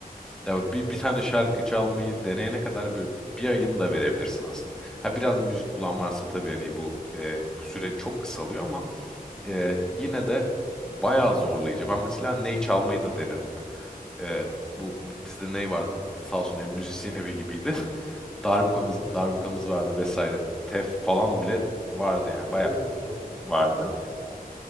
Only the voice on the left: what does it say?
Evet.
<laughs>
Çok iyi.
Oo,
çok iyi.
Vay